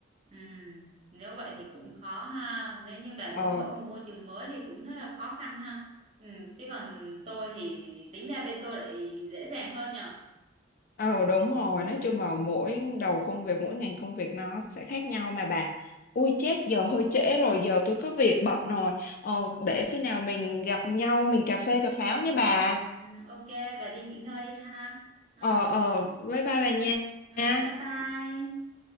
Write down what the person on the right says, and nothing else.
Ừ, nếu vậy thì cũng khó ha. Nếu như bà
muốn đổi một môi trường mới thì cũng rất là khó khăn ha. Ừ, chứ còn tôi thì tính ra bên tôi lại dễ dàng hơn nhở.
Ừ,
ừ, ok, bà đi nghỉ ngơi đi ha. Ừ,
ừ,
bye bye.